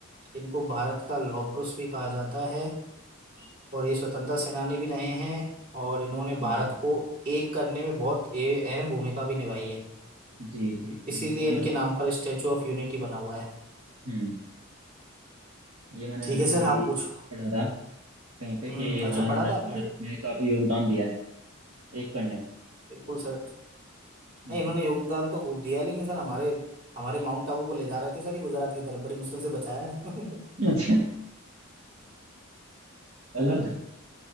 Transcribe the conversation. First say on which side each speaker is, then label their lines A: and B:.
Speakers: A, on the right; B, on the right.
A: इनको भारत का लौह पुरुष भी कहा जाता है और ये स्वतंत्रता सेनानी भी रहे हैं और इन्होंने भारत
B: हम्म
A: को एक करने में बहुत ए- अहम भूमिका भी निभाई है
B: जी जी जी
A: इसीलिए
B: ये तो मैंने
A: इनके नाम पर स्टैचू ऑफ यूनिटी बना हुआ है
B: हम्म ये मैंने
A: ठीक
B: अभी
A: है सर आप पूछो
B: पढ़ा था कहीं पे
A: हम्म
B: कि
A: अच्छा
B: हाँ इन्होंने
A: पढ़ा था आपने
B: भारत में काफी योगदान दिया है एक करने में
A: बिल्कुल सर नहीं
B: जी
A: इन्होंने योगदान तो खूब दिया है लेकिन सर हमारे हमारे माउंट आबू को ले जा रहे थे सर ये गुजरात की तरफ बड़ी मुश्किल से बचाया है
B: अच्छा चलो